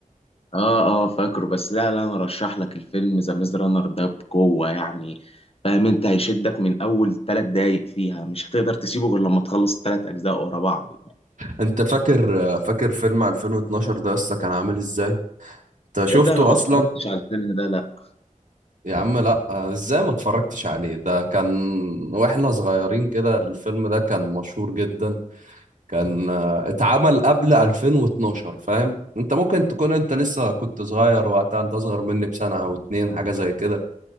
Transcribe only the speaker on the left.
اه اه فاكره بس لا لا انا رشح لك الفيلم ذا ميز رانر ده بقوة يعني فاهم انت هيشدك من اول ثلاث دقايق فيها مش هتقدر تسيبه غير لما تخلص الثلاث اجزاء ورا بعض
تصدق انا ما
اتفرجتش على الفيلم ده لا